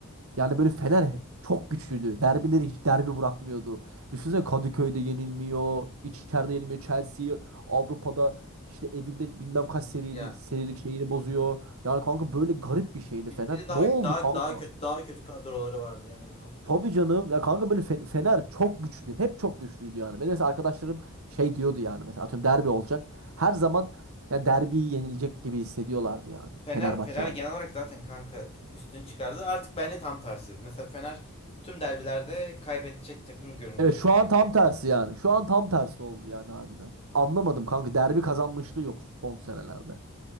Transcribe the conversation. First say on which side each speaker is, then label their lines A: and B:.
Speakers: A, on the right; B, on the left.
A: Yani böyle Fener çok güçlüydü. Derbileri hiç derbi bırakmıyordu. Düşünsene Kadıköy'de yenilmiyor, içeride yenilmiyor. Chelsea Avrupa'da işte evinde bilmem kaç serili,
B: Ya
A: serilik şeyini bozuyor. Yani kanka böyle garip bir şeydi
B: bir,
A: Fener.
B: bir de daha
A: Ne oldu
B: daha
A: kanka?
B: daha kötü daha kötü kadroları vardı yani emin ol.
A: Tabii canım. Ya kanka böyle Fe- Fener çok güçlü. Hep çok güçlüydü yani. Benim mesela arkadaşlarım şey diyordu yani mesela atıyorum derbi olacak. Her zaman yani derbiyi yenilecek gibi hissediyorlardı yani
B: Fener
A: Fenerbahçe
B: Fener
A: var.
B: genel olarak zaten kanka üstün çıkardı. Artık bence tam tersi. Mesela Fener tüm derbilerde kaybedecek takım görünüyordur
A: Evet şu
B: yani.
A: an tam tersi yani. Şu an tam tersi oldu yani harbiden. Anlamadım kanka derbi kazanmışlığı yok son senelerde.